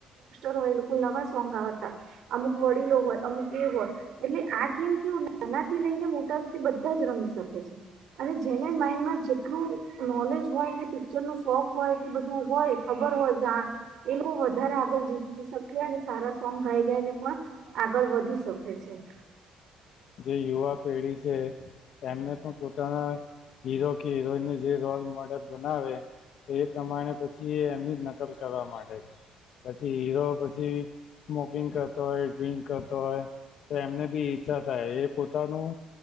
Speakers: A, on the right; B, on the left.
A: હોય એ લોકો નવા સોંગ આવતા હતા અમુક વડીલો હોય અમુક એ હોય એટલે આ ગેમ કેવું નાનાથી લઈને મોટા સુધી બધા જ રમી શકે છે અને એને માઈન્ડમાં જેટલું નોલેજ હોય કે પિક્ચર ન શોખ હોય કે બધું હોય ખબર હોય એ લોકો વધારે આગળ જીતી શકે અને સારા સોંગ ગાઈ ગાયને પણ આગળ વધી સકે છે
B: જે યુવા પેઢી છે એમને પણ પોતાના હીરો કે હીરોઈનને જે રોલ મોડલ બનાવે તો એ પ્રમાણે પછી એ એમની જ નકલ કરવા માંડે છે પછી હીરો પછી સ્મોકિંગ કરતો હોય ડ્રિંક કરતો હોય તો એમને બી ઈચ્છા થાય એ પોતાનું